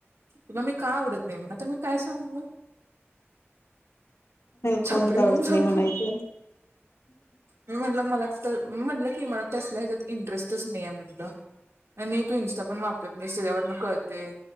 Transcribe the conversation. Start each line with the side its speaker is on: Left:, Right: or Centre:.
Right: तुला मी का आवडत नाही म्हण आता मी काय सांगू?
Left: कोणच
Right: छपरी
Left: आवडत
Right: म्हणून सांगू.
Left: नाही म्हणायचं
Right: मी म्हटलं मला तर म्हटलं की मला तसल्या ह्याच्यात इंटरेस्टच नाही आहे म्हटलं. नाही तू इंस्टा पण वापरत नाही त्याच्यावरन कळत ते